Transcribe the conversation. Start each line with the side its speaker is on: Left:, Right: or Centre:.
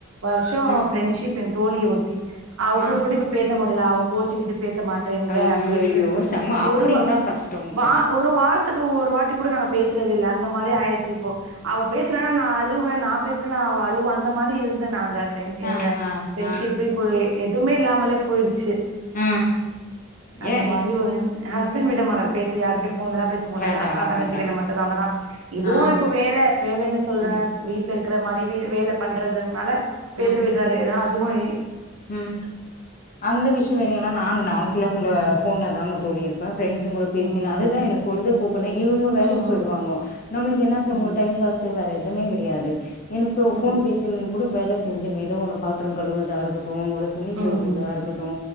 Right: வர்ஷோ
Left: ஆ
Right: ப்ரெண்ஷிப் என் தோழி ஒருத்தி அவ
Left: ஆ
Right: கூட கூட இப்ப பேச முடில அவ கோச்சிகுட்டு பேச மாட்டேங்கிற
Left: ஐய்யய்யோ
Right: அப்டி இப்படினு சொ
Left: செம அப்டியெல்லா
Right: ஒருவா
Left: கஷ்டோம்ப்பா
Right: வா ஒரு வாரத்துக்கு ஒரு ஒருவாட்டி கூட நாங்க பேசுறதுல அந்த மாரி ஆயிறுச்சி போ அவ பேசுறானா நா அழுவ நா பெசலானா அவ அழுவா அந்த மாரி இருந்த நாங்க ப்
Left: ஆ
Right: எங்க
Left: ஆ
Right: பிரெண்ட்ஷிபு
Left: ஆ
Right: ப்போய் எதுமே இல்லாமலே போயிருச்சு
Left: ஆ
Right: அந்த
Left: ஏ
Right: மாரி ஒரு ஹஸ் வின்விடமாடாற் பேசியேக டுப் போன்லலா பேச கூடாது
Left: வேண்டா
Right: அக்கா தங்கச்சின்னுக
Left: வேண்டா
Right: மட்டு தான்டதா இதுவும்
Left: ஆ
Right: இப்ப வேலை வேலைன்னு சொல்றன்
Left: ம்
Right: வீட்டுல இரு ருக்கிற மாரி வீடு வேல பண்றதுனால
Left: ம்
Right: பேச விடுறாரு இதான் துவா ஏ
Left: ம் அந்த விஷ்யோ வேலிலாம் நான் நாம் போன்ல தாங்க தொழி இருப்பன் ஃபிரண்ட்ஸ் கூட பேசின
Right: ம்
Left: அதுதான் எனக்கு பொழுது போக்கு இவங்க
Right: ம்
Left: வேலைக்கு போயிடுவாங்கோ நம்மளுக்கு என்ன
Right: ம்
Left: சொல்ல டைம் பாஸ் வேற எது எதுவுமே கிடையாது என்க்கு
Right: ம் ம்
Left: போன் பேசினு கூட வேலை செஞ்சிரு ஏதோ ஒன்னு பாத்திரம் கழுவறதா இருக்கட்டு ஒரு துணி
Right: ம்
Left: துவைக்கிறதா
Right: ம்
Left: இருக்கட்டு